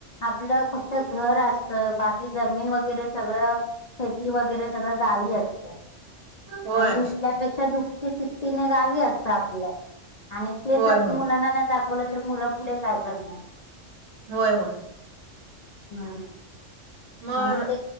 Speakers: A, on the left; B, on the right.
A: आपलं फक्त घर आसत, बाकी जमीन वगैरे सगळं शेती वगैरे सगळं जावी असतं.
B: होय
A: आणि इथल्यापेक्षा दुप्पटी तिप्पटीने गावी असत आपल्या आणि तेच
B: होय
A: आपण
B: होय
A: मुलांना नाही दाखवलं तर मुलं पुढे काय करणार?
B: होय होय
A: हा
B: मग
A: म्हणून ते